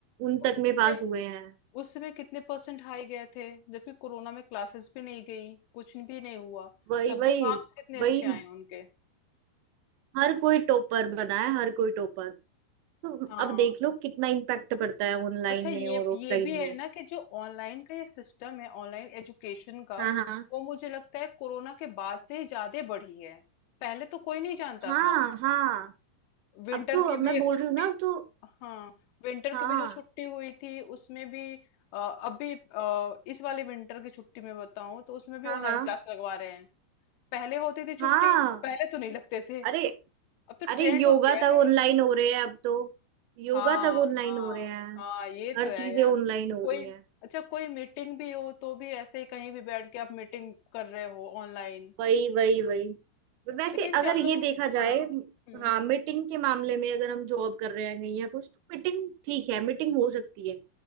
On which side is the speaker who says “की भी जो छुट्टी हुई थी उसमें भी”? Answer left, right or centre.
Left